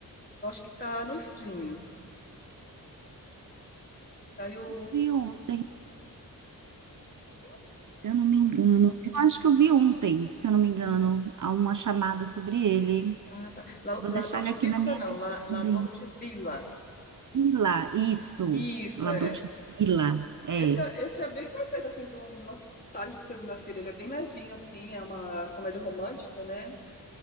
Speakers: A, on the left; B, on the right.
A: Eu acho que tá no streaming. Saiu.
B: Eu vi ontem.
A: Viu ontem?
B: Se eu não me engano, eu acho que eu vi ontem, se eu não me engano, há uma chamada sobre ele.
A: Ah, tá. La,
B: Vou deixar
A: La Dolce
B: ele aqui
A: Vita,
B: na minha lista
A: não. La,
B: também.
A: La Dolce Villa.
B: Ila, isso.
A: Isso,
B: La
A: é.
B: Dolce Villa, é.
A: Esse, é. esse é bem perfeito, assim, para uma tarde de segunda-feira. Ele é bem levinho, assim. É uma comédia romântica, né?